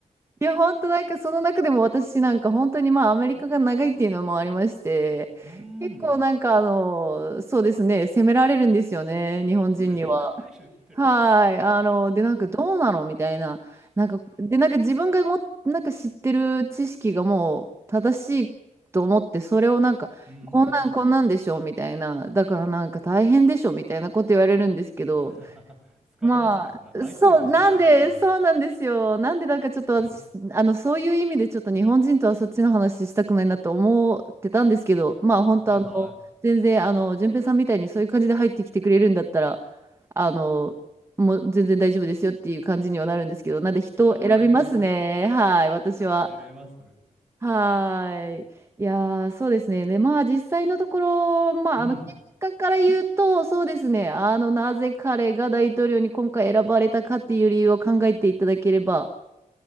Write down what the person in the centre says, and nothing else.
うーん
責められるって
うんうん
<laughs> 疲れますねお前相手にもしたくない感じ
<clears throat>
はいは
いいや照れます <laughs>
照れます
うん